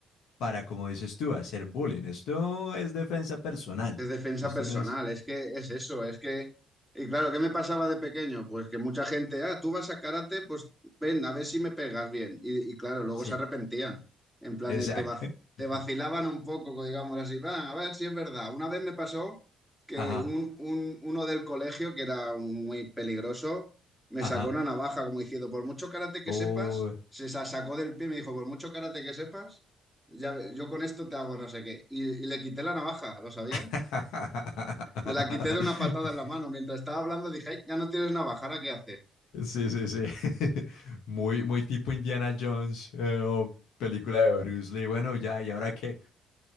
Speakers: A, on the left; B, in the centre.
A: para, como dices tú, hacer bullying. Esto es defensa personal.
B: Es defensa
A: Esto
B: personal,
A: no es...
B: es que es eso, es que... Y claro, ¿qué me pasaba de pequeño? Pues que mucha gente, ah, tú vas a karate, pues ven, a ver si me pegas bien. Y, y claro, luego
A: Sí,
B: se arrepentían, en plan
A: exacto.
B: de te, vac- te
A: <laughs>
B: vacilaban un poco, digamos así, va, a ver si es verdad. Una vez me pasó que
A: Ajá,
B: un, un- uno del colegio, que era muy peligroso, me
A: ajá.
B: sacó una navaja como diciendo, por mucho karate que
A: Oh.
B: sepas, se sa- sacó del pie y me dijo, por mucho karate que sepas, ya, ve- yo con esto te hago no sé qué. Y, y le quité la navaja, ¿lo sabías?
A: <laughs>
B: Te la quité de una patada en la mano. Mientras estaba hablando dije, "Ay, ya no tienes navajara, ¿qué haces?
A: Sí, sí, sí. <laughs> Muy, muy tipo Indiana Jones eh, o película de Bruce Lee. Bueno, ya, ¿y ahora qué?